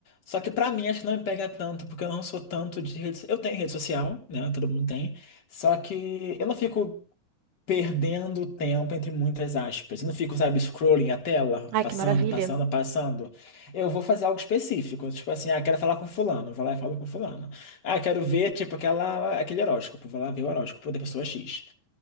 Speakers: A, on the left; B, on the right.
A: Só que pra mim, acho que não me pega tanto, porque eu não sou tanto de rede... Eu tenho rede social, né? Todo mundo tem. Só que eu não fico perdendo tempo entre muitas aspas. Eu não fico, sabe, scrolling a tela,
B: Ai,
A: passando,
B: que maravilha.
A: passando, passando. Eu vou fazer algo específico, tipo assim, ah, quero falar com fulano, vou lá e falo com fulano. Ah, quero ver, tipo, aquela, aquele horóscopo, vou lá ver o horóscopo da pessoa X.